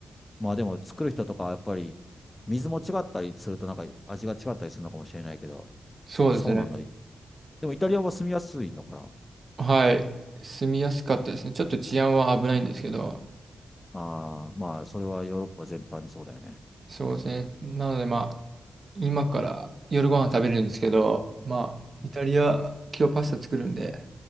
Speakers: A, on the left (about 15°); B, on the right (about 40°).
A: まあでも作る人とかはやっぱり水も違ったりするとなんか味が違ったりするのかもしれないけど、
B: そうですね。
A: そうなんだ。でもイタリアは住みやすいのかな
B: はい。住みやすかったですね。ちょっと治安は危ないんですけど、
A: ああまあそれはヨーロッパ全般にそうだよね。
B: そうですね。なのでまあ、今から夜ご飯食べるんですけど、まあ、
A: うん
B: イタリア、今日パスタ作るんで、